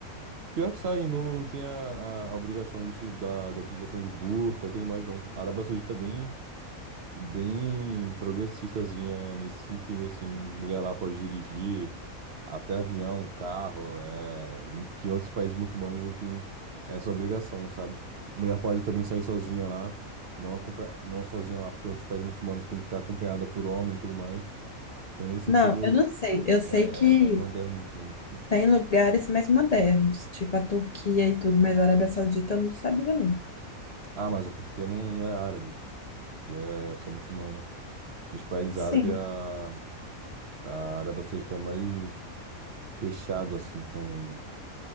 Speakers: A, on the right; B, on the left.
A: Pior que sair não, não tem a, a, a obrigação de, util- da, da utilização de burca e tudo mais, não. A Arábia Saudita é bem, bem progressistazinha nesse sentido, assim. Mulher lá pode dirigir. Até avião, carro, é, em que outros países muçulmanos não tem essa obrigação, sabe? Mulher pode também sair sozinha lá, não, acompa- não sozinha lá, porque outros países muçulmanos tem que estar acompanhada por homem e tudo mais. Então, nesse sentido,
B: Não, eu não sei. Eu sei
A: é,
B: que
A: é bem moderno assim, nesse sentido.
B: tem lugares mais modernos, tipo a Turquia e tudo, mas a Arábia Saudita eu não sabia, não.
A: Ah, mas a Turquia não, não é árabe. A Turquia é só muçulmana. Dos países
B: Sim.
A: árabes, a, a Arábia Saudita é mais fechado, assim, com